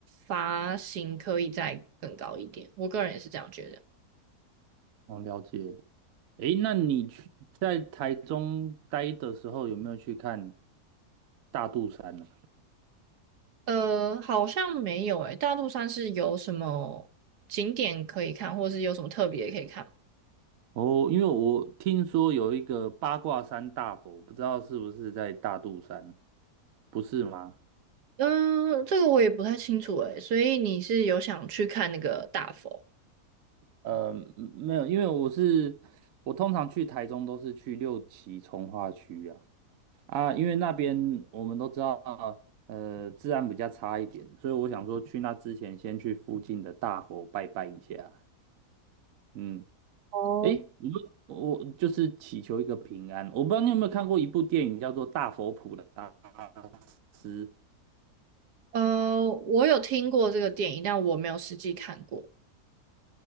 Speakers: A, on the right; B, on the right.
A: 罚型可以再更高一点，我个人也是这样觉得。
B: 我了解。诶，那你去在台中待的时候，有没有去看大肚山呢、
A: 呃，好像没有诶、大肚山是有什么景点可以看，或是有什么特别可以看吗？
B: 哦，因为我听说有一个八卦山大佛，不知道是不是在大肚山，不是吗？
A: 嗯、这个我也不太清楚诶、所以你是有想去看那个大佛？
B: 呃，嗯没有，因为我是我通常去台中都是去六旗从化区啊啊，因为那边我们都知道，呃，治安比较差一点，所以我想说去那之前先去附近的大佛拜拜一下，嗯。
A: 哦
B: 诶，你说我就是祈求一个平安。我不知道你有没有看过一部电影，叫做《大佛普拉斯》。
A: 呃，我有听过这个电影，但我没有实际看过。